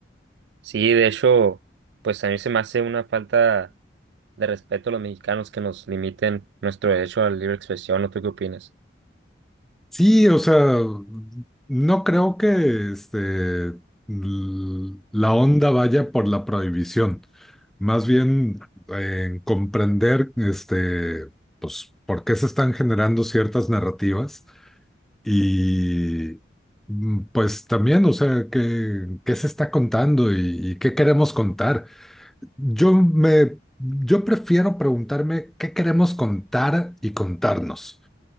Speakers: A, on the right; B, in the centre.
A: Sí, de hecho, pues a mí se me hace una falta de respeto a los mexicanos que nos limiten nuestro derecho a la libre expresión, ¿no tú qué opinas?
B: Sí, o sea, no creo que este, l- la onda vaya por la prohibición, más bien en comprender este, pues, por qué se están generando ciertas narrativas Y mm, pues también, o sea, ¿qué, qué se está contando y, y qué queremos contar? Yo me, yo prefiero preguntarme qué queremos contar y contarnos.